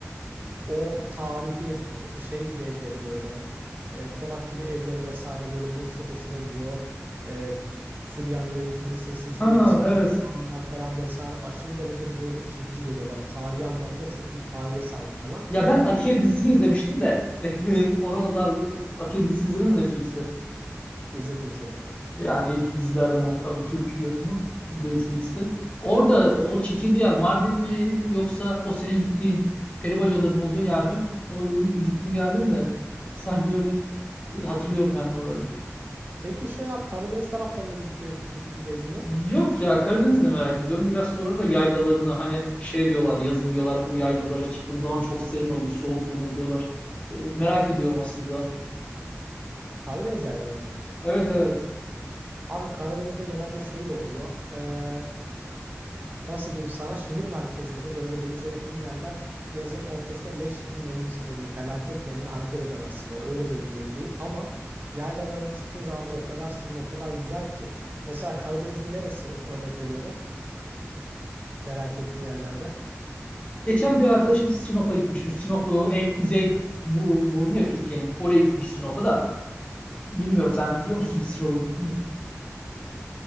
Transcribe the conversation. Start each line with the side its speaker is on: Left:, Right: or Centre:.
Right: o tarihi ko- şey gibi evleri böyle e, konak gibi evleri vesaire böyle benim çok hoşuma gidiyor. O e, ki- Süryanilerin kilisesi işte
Left: Ha
Right: eski
Left: evet.
Right: tip camiler falan vesaire aşırı derecede böyle çekici geliyor bana. Tarihi anlamda çok büyük tarihe sahip falan.
Left: Ya ben Atiye dizisini izlemiştim de <laughs> oralar Atiye dizisini izledin mi Netflix'te?
Right: İzledim izledim.
Left: Yani ilk dizilerden hatta bu Türk yapımı Netflix'te. Orada o çekildiği yer Mardin mi yoksa o senin gittiğin peribacaların olduğu yer mi? O bir gittim geldim de <laughs> sanki böyle e, hatırlıyorum yani oraları.
Right: Peki şey abi Karadeniz taraflarında gidip gezdik, gezdin mi?
Left: Yok ya Karadeniz'de merak ediyorum. Biraz sonra da yaylalarını hani şey diyorlar yazın diyorlar o yaylalara çıktığın zaman çok serin olur soğuk olur diyorlar. E, merak ediyorum aslında.
Right: Karadeniz yaylalarını mı?
Left: Evet evet.
Right: Abi Karadeniz'de genelde şöyle oluyor. Ee, nasıl diyeyim sana şehir merkezleri böyle denize yakın yerler yazın ortasında leş gibi nemli oluyor. Felaket nemli hareket edemezsin ya öyle böyle nem değil ama yaylalarına çıktığın zaman o kadar serin o kadar güzel ki. Mesela Karadeniz'in neresi örnek veriyorum merak ettiğin yerlerde.
Left: Geçen bir arkadaşım Sinop'a gitmiş. Bu Sinop e, en kuzey bu- burnu ya Türkiye'nin. Oraya gitmiş Sinop'a da. Bilmiyorum sen biliyor musun <laughs> Sinop'a gittin mi?